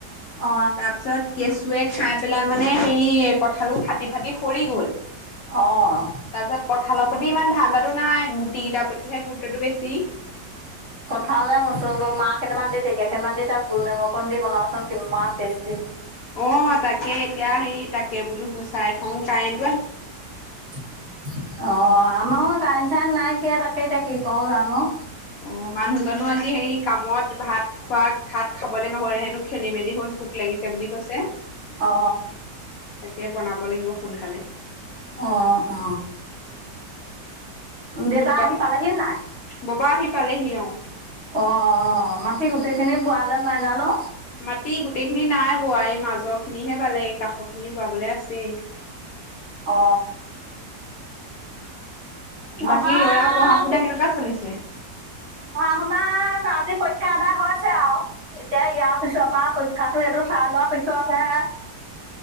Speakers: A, on the right; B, on the left.
A: অ
B: তাৰপিছত কেচু <unintelligible> খাই পেলাই মানে সেই, কঠালটো ফাটি ফাটি সৰি গ'ল।
A: অ'।
B: তাৰ পিছত কঁঠালৰ প্ৰতি ইমান ধান্দাটো নাই, গুটি কেইটাৰ প্ৰতিহে গুৰুত্বটো বেছি।
A: ভালে মচুৰমাহ কেইটামান দি, ঢেঁকীয়া কেইটান দি, তাত গোলনেমু অকণ দি বনাবচোন কিমান টেষ্টি
B: অ তাকে এতিয়া সেই তাকে বোলো গুচাই থওঁ। কাৰেণ্ট
A: অ আমাৰো কাৰেণ্ট চাৰেণ্ট নাই কিয়া তাকে এতিয়া কি কৰো জানোঁ?
B: অ' মানুহজনো আজি হেৰি কামত ভাত খোৱাত ভাত খাবলে নহ'ল হেনো খেলি-মেলি হ'ল ভোক লাগিছে বুলি কৈছে।
A: অ।
B: তাকে বনাব লাগিব সোনকালে।
A: অ, অ দেতা
B: বাক
A: আহি পালেহি নে নাই?
B: ববা আহি পালেহি অ।
A: অ অ মাটি গোটেইখিনি বোৱালে নাই জানো?
B: মাটি গোটেইখিনি নাই বোৱা, এই মাজৰখিনিহে বালে কাষৰখিনি বোৱাবলে আছেই।
A: অ। আমাৰ
B: বাকী ল'ৰাৰ পঢ়া-শুনা কেনেকুৱা চলিছে?
A: শুনাক আজি পৰীক্ষা আদায় হৈছে আও। এতিয়া ইয়াৰ পিছৰ পা পৰীক্ষাটো এইটো চাই লোৱা পিছতহে